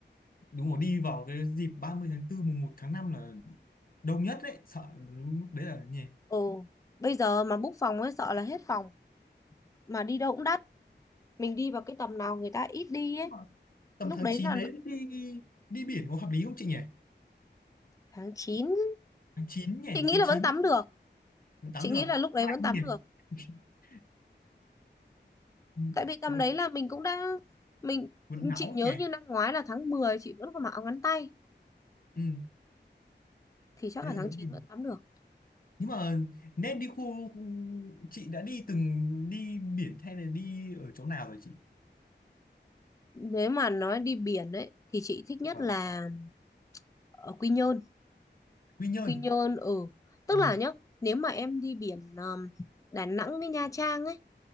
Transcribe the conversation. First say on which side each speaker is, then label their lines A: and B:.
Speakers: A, on the left; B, on the left.
A: đúng rồi đi vào cái dịp 30 tháng 4 mùng một tháng 5 là đông nhất đấy sợ lúc đấy là nhỉ
B: ồ, bây giờ mà book phòng ấy sợ là hết phòng mà đi đâu cũng đắt. Mình đi vào cái tầm nào người ta ít đi ấy.
A: Nhưng mà tầm
B: Lúc
A: tháng
B: đấy
A: 9
B: là
A: đấy đi đi biển có hợp lý không chị nhỉ
B: tháng 9.
A: tháng 9 nhỉ
B: chị nghĩ
A: tháng
B: là
A: chín
B: vẫn tắm được.
A: tháng 8
B: Chị
A: được
B: nghĩ là lúc đấy
A: có lạnh
B: vẫn
A: không
B: tắm
A: nhỉ
B: được.
A: <laughs> Ừ,
B: Tại vì tầm
A: có lạnh
B: đấy là mình cũng đã mình
A: vẫn nóng
B: chị nhớ
A: nhỉ
B: như năm ngoái là tháng 10 chị vẫn còn mặc áo ngắn tay
A: ừ,
B: thì chắc
A: thế
B: là
A: là
B: tháng
A: vẫn
B: chín
A: biển
B: vẫn tắm được.
A: nhưng mà nên đi khu khu- chị đã đi từng đi biển hay là đi ở chỗ nào rồi chị
B: Nếu mà nói đi biển ấy thì chị thích nhất
A: Vâng.
B: là ở Quy Nhơn.
A: Quy Nhơn
B: Quy Nhơn ừ tức
A: Ừ.
B: là nhá nếu mà em đi biển um, Đà Nẵng với Nha Trang ấy